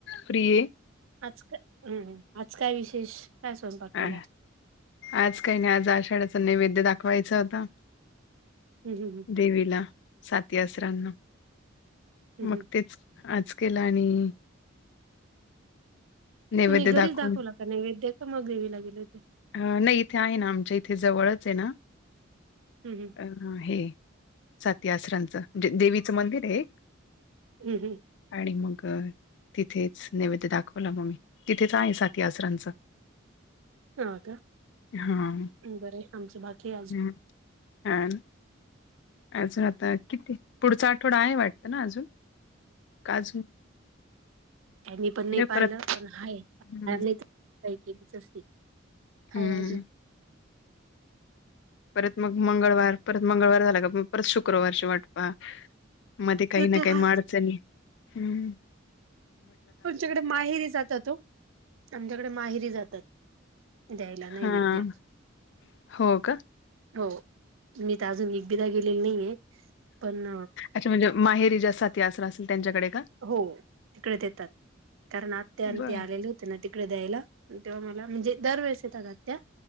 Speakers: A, on the left (about 60°); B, on the right (about 80°).
A: फ्री ये
B: आज काय हम्म ह आज काय विशेष काय स्वयंपाक केला
A: अ आज काही नाही आज आषाढ्याचा नैवेद्य दाखवायचा होता.
B: हम हं हं.
A: देवीला साती असराणा
B: हम्म
A: मग
B: हम्म
A: तेच आज केला आणि. नैवेद्य
B: तुम्ही घरीच
A: दाखवून
B: दाखवला का? नैवद्य का मग देवीला गेले.
A: हा नाही इथे आहे ना आमच्या इथे जवळच आहे ना.
B: हम् हम.
A: अ हे साती आसरांचं जे देवीचं मंदिर आहे एक.
B: हम् हम.
A: आणि मग तिथेच नैवेद्य दाखवला मग तिथेच आहे साती आसरांच.
B: हा का?
A: हां.
B: हम्म बरंय आमचं बाकी आजुन.
A: हं. आणि अजून आता किती? पुढचा आठवडा आहे वाटतं ना आजुन, आजुन.
B: यांनी पण नाही पाहिलं
A: परत
B: पण ह्या
A: हं,
B: आम्हीच केलीच असती.
A: हम्म.
B: हाय अजून
A: परत मग मंगळवार परत मंगळवार झाला का परत शुक्रवारची वाट हा मध्ये काही
B: ते
A: ना
B: तर
A: काही
B: हायच
A: मा अडचणी हम्म.
B: तुमच्याकडे माहिरी जातात हो आमच्याकडे माहिरी जातात. द्यायला नैवेद्य.
A: हां. हो का?
B: हो मी तर अजून एकटी राहलीली नाही आहे पण.
A: अच्छा म्हणजे माहेरी जा साठी असरा असेल त्यांच्याकडे का?
B: हो तिकडे देतात. कारण आत्यां आणि
A: बरं.
B: ती आलेली त्यांना तिकडे द्यायला तेव्हा मला म्हणजे दरवेेळेस येतात आत्या.